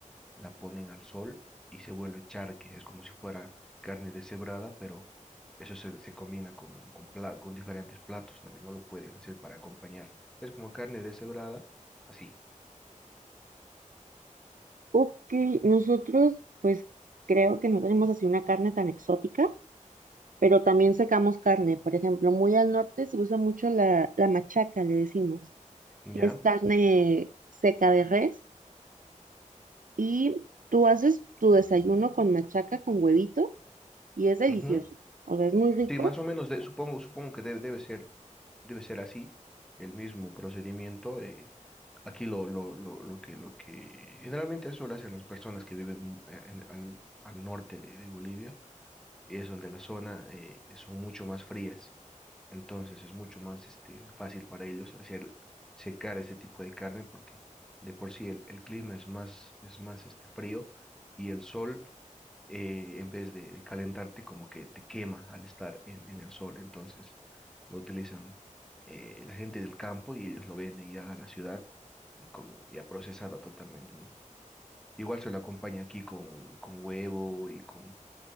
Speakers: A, in the centre; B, on the right (about 85°).
A: la ponen al sol y se vuelve charque, es como si fuera carne deshebrada, pero eso se, se combina con, con, pla- con diferentes platos también, no lo pueden hacer para acompañar. Es como carne deshebrada, así,
B: Ok, nosotros, pues creo que no tenemos así una carne tan exótica, pero también sacamos carne. Por ejemplo, muy al norte se usa mucho la, la machaca, le decimos,
A: ¿ya?
B: que es carne seca de res. Y tú haces tu desayuno con machaca, con huevito, y es delicioso.
A: Ujú.
B: O sea, es muy rico.
A: Sí, más o menos, de- supongo, supongo que debe, debe ser. debe ser así, el mismo procedimiento. eh, aquí lo, lo, lo, lo que, lo que generalmente eso lo hacen las personas que viven eh, en- al, al norte de, de Bolivia, y es donde la zona eh, son mucho más frías. Entonces es mucho más este, fácil para ellos hacer secar este tipo de carne porque de por sí el, el clima es más, es más este, frío y el sol, eh, en vez de, de calentarte, como que te quema al estar en, en el sol. Entonces lo utilizan eh, la gente del campo y ellos lo venden ya a la ciudad y como ya procesada totalmente, ¿no? Igual se lo acompaña aquí con, con huevo y con,